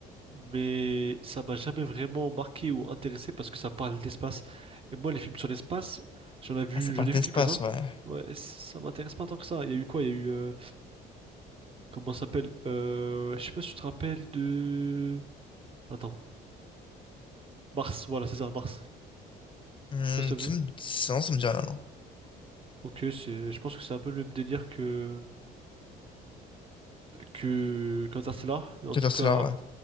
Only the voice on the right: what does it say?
mais ça m'a jamais vraiment marqué ou intéressé parce que ça parle d'espace. Et moi, les films sur l'espace, j'en ai vu,
j'en ai
vu quelques-uns.
Ouais, ça m'intéresse pas tant que ça. Il y a eu quoi? Il y a eu euh, comment ça s'appelle? Euh, je sais pas si tu te rappelles de. Attends, Mars. Voilà, c'est ça, Mars.
Je sais pas si t'as vu.
Ok, c'est, je pense que c'est un peu le même délire que que qu'Interstellar, mais en
tout cas,